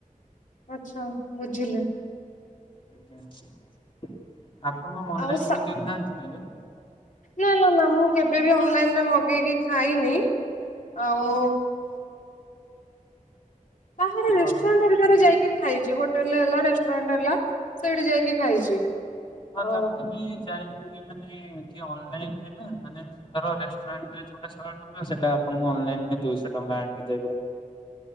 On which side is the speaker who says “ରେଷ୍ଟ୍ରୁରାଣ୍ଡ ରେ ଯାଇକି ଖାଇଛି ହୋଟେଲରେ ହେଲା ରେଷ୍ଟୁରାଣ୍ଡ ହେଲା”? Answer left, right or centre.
Left